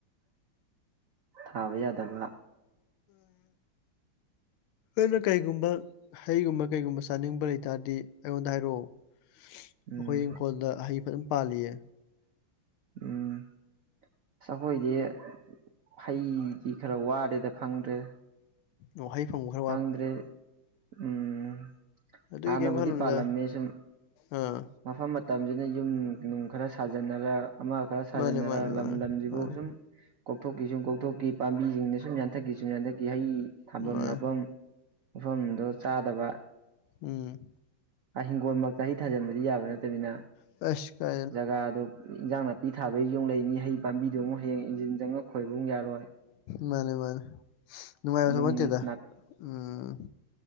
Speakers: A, on the right; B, on the left.
A: ꯊꯥꯕ ꯌꯥꯗꯕ
B: ꯑꯩꯅ ꯀꯩꯒꯨꯝꯕ꯫ ꯍꯩꯒꯨꯝꯕ ꯀꯩꯒꯨꯝꯕ ꯆꯥꯅꯤꯡꯕ ꯂꯩꯇꯥꯔꯗꯤ ꯑꯩꯉꯣꯟꯗ ꯍꯥꯏꯔꯛꯑꯣ꯫ ꯑꯩꯈꯣꯏ
A: ꯎꯝ
B: ꯏꯪꯈꯣꯜꯗ ꯍꯩ ꯐꯥꯅ ꯄꯥꯜꯂꯤꯌꯦ꯫
A: ꯎꯝ ꯑꯩꯈꯣꯏꯗꯤ꯫ ꯍꯩꯗꯤ ꯈꯔ ꯋꯥꯔꯦꯗ ꯐꯪꯗ꯭ꯔꯦ꯫
B: ꯑꯣꯍꯩ ꯐꯪꯕ <unintelligible>
A: ꯍꯥꯡꯗ꯭ꯔꯦ ꯎꯝ
B: ꯑꯗꯨꯒꯤ
A: ꯍꯥꯟꯅꯕꯨꯗꯤ
B: ꯀꯩꯝ ꯈꯜꯂꯨꯅꯨꯗ
A: ꯄꯥꯜꯂꯝꯃꯦ ꯁꯨꯝ꯫
B: ꯑꯥ꯫
A: ꯃꯐꯝ ꯃꯇꯝꯁꯤꯅ ꯌꯨꯝ ꯅꯨꯡ ꯈꯔ ꯁꯥꯖꯟꯅꯔꯛ ꯑꯃꯛ꯫ ꯈꯔ ꯁꯥꯖꯟꯅꯔꯒ
B: ꯃꯥꯅꯦ ꯃꯥꯅꯦ
A: ꯂꯝ
B: ꯃꯥꯅꯦ
A: ꯂꯝꯁꯤꯕꯨ
B: ꯃꯥꯅꯦ
A: ꯁꯨꯝ꯫ ꯀꯣꯛꯊꯣꯛꯈꯤ ꯁꯨꯝ ꯀꯣꯛꯊꯣꯛꯈꯤ ꯄꯥꯝꯕꯤꯁꯤꯡꯅ ꯁꯨꯝ ꯌꯥꯟꯊꯛꯀꯤ ꯁꯨꯝ ꯌꯥꯟꯊꯛꯀꯤ ꯍꯩ ꯊꯥꯐꯝ
B: ꯃꯥꯅꯦ
A: ꯅꯥꯞꯐꯝ꯫ ꯃꯐꯝꯗꯨ ꯆꯥꯗꯕ꯫
B: ꯎꯝ꯫
A: ꯑꯥ ꯍꯤꯡꯒꯣꯜꯃꯛꯇ ꯍꯩ ꯊꯥꯖꯤꯟꯕꯗꯤ ꯌꯥꯕ ꯅꯠꯇꯃꯤꯅ꯫
B: ꯑꯁ ꯫
A: ꯖꯒꯥꯗꯣ ꯏꯟꯖꯥꯡ ꯅꯥꯄꯤ ꯊꯥꯕꯒꯤ ꯌꯣꯡ ꯂꯩꯅꯤ ꯍꯩ ꯄꯥꯝꯕꯤꯗꯨ ꯑꯃꯨꯛ ꯍꯌꯦꯡ ꯏꯟꯖꯤꯟ ꯆꯪꯉꯒ ꯈꯣꯏꯕ ꯑꯃꯨꯛ ꯌꯥꯔꯣꯏ꯫
B: ꯃꯥꯅꯦ ꯃꯥꯅꯦ ꯅꯨꯡꯉꯥꯏꯕ ꯊꯕꯛ
A: ꯌꯨꯝ
B: ꯅꯠꯇꯦꯗ
A: ꯅꯥꯛ
B: ꯎꯝ꯫